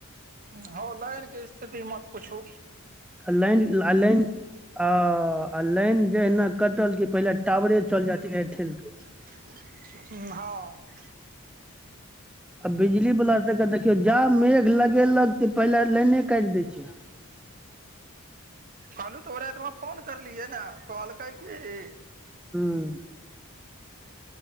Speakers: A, on the right (about 40°); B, in the centre.
A: होउ बैरह के स्थिति मत पुछू।
B: आ लाइन आ लाइन आ आ आ आ -- आ लाइन जहिना कटल कि पहिले टावरे चल जे ऽत एयरटेल के, --
A: हु हँ- -
B: आ बिजली वाला सब के देखियो, जा मेघ लगेलक की पहिले लाइने कैट देैय छैई।
A: कहलू तोरा एकबार फोन क लियै न त कॉल -- कै हियै।
B: हूँ --